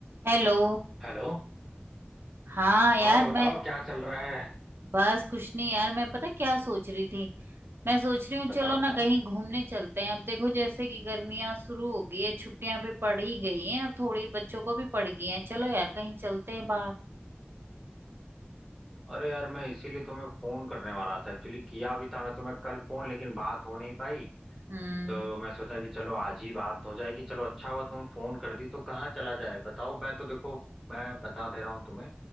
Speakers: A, on the right; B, in the centre.
A: हेलो
B: Hello
A: हाँ यार
B: और बताओ
A: मैं
B: क्या चल रहा है
A: बस कुछ नहीं यार मैं पता क्या सोच रही थी मैं सोच रही हूँ
B: बताओ
A: चलो ना
B: बताओ
A: कहीं घूमने चलते हैं अब देखो जैसे कि गर्मियाँ शुरू हो गई है छुट्टियां भी पड़ ही गई हैं अब थोड़ी बच्चों को भी पड़ गई हैं चलो यार कहीं चलते हैं बाहर
B: अरे यार मैं इसीलिए तुम्हें फोन करने वाला था एक्चुअली किया भी था मैं तुम्हें कल फोन लेकिन बात हो नहीं पाई
A: हम्म
B: तो मैं सोचा कि चलो आज ही बात हो जाएगी चलो अच्छा हुआ तुम फोन कर दी तो कहाँ चला जाए बताओ मैं तो देखो मैं बता दे रहा हूँ तुम्हें